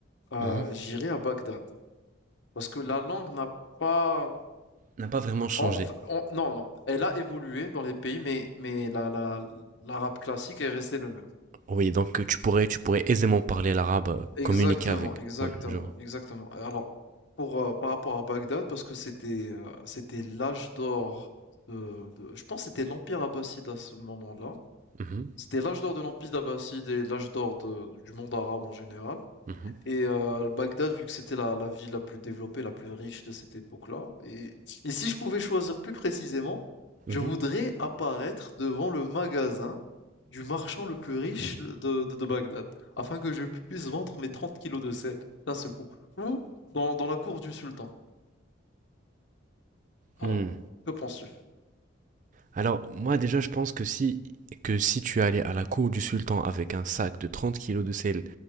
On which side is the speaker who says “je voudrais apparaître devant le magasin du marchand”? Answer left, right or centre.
Left